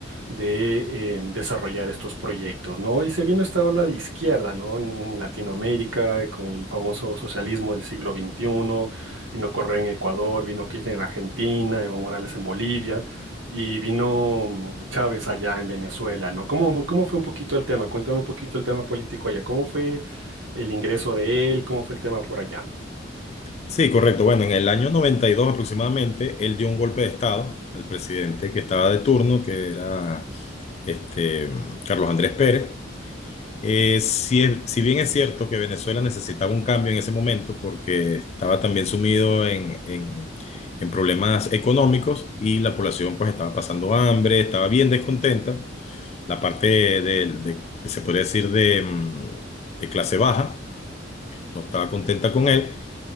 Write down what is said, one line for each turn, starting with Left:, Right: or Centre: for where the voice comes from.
Right: de eh, desarrollar estos proyectos, ¿no? Y se vino esta ola de izquierda, ¿no? En, en Latinoamérica, eh, con el famoso socialismo del siglo XXI, vino Correa en Ecuador, vino Kirchner en Argentina, Evo Morales en Bolivia, y vino mm, Chávez allá en Venezuela, ¿no? ¿Cómo, cómo fue un poquito el tema? Cuéntame un poquito el tema político allá. ¿Cómo fue el ingreso de él? ¿Cómo fue el tema por allá?
Left: Sí, correcto. Bueno, en el año 92 aproximadamente, él dio un golpe de Estado al presidente que estaba de turno, que era este, Carlos Andrés Pérez, Eh, si, es- si bien es cierto que Venezuela necesitaba un cambio en ese momento porque estaba también sumido en, en- en problemas económicos y la población pues estaba pasando hambre, estaba bien descontenta, la parte de, de- que se podría decir de, mm, de clase baja no estaba contenta con él,